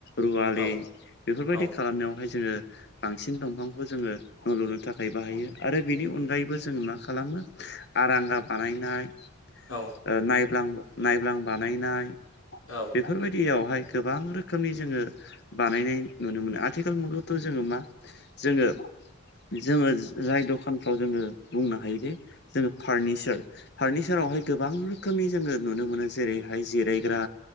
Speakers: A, on the left (about 50°); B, on the left (about 75°).
A: रुवालि
B: औ
A: बेफोरबायदि
B: औ
A: खालामनायावहाय जोङो बांसिन दंफांखौ जोङो न' लुनो थाखाय बाहायो आरो बेनि अनगायैबो जों मा खालामो आरांगा बानायनाय।
B: औ।
A: ओ नायब्लां नायब्लां बानायनाय।
B: औ
A: बेफोरबायदियावहाय गोबां रोखोमनि जोङो बानायनाय नुनो मोनो आथिखाल मुगायावथ' जोङो मा जोङो जोङो जाय दखानफ्राव जोङो बुंनो हायोदि जोङो फारनिचार फारनिचारावहाय गोबां रोखोमनि जोङो नुनो मोनो जेरैहाय जेराय ग्रा